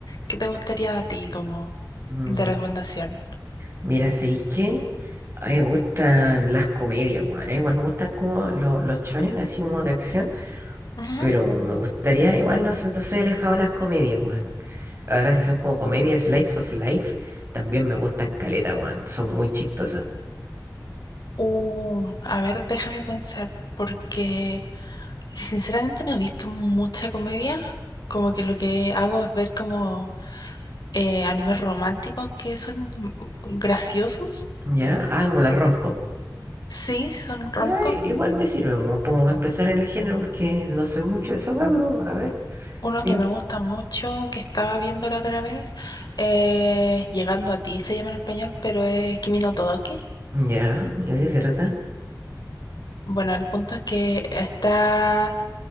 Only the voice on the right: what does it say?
Mm,
mira, ¿sabéis qué? A mí me gustan las comedias, weón. eh, Igual me gustan como lo- los chones, así como de acción.
Pero me gustaría, igual no, sé, no soy alejado de las comedias, weón. Ahora si son como comedias Slice of Life, también me gustan caleta, weón. Son muy chistosas.
¿Ya? Ah, como las rom
Ya, igual me sirve como como para empezar en el género porque no sé mucho de esa weá, pero a ver,
¿quién?
Ya, ¿y de qué se trata?